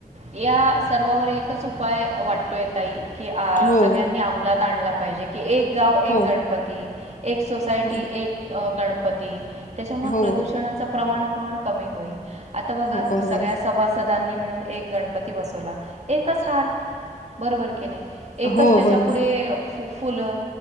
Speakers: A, on the right; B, on the left.
A: या सर्वावर एकच उपाय वाटतोय ताई की
B: हो
A: सगळ्यांनी अमलात आणला पाहिजे की एक गाव एक
B: हो
A: गणपती एक सोसायटी
B: हो
A: एक गणप पती. त्याच्यामुळं
B: हो
A: प्रदूषणाचं प्रमाण. पण कमी होईल. आता बघा
B: हो बरोबर
A: सगळ्या
B: आहे.
A: सभासदांनी मिळून. एक गणपती बसवला. एकच हार बरोबर की नाही एकच
B: हो
A: त्याच्या
B: बरोबर
A: पुढे. फुलं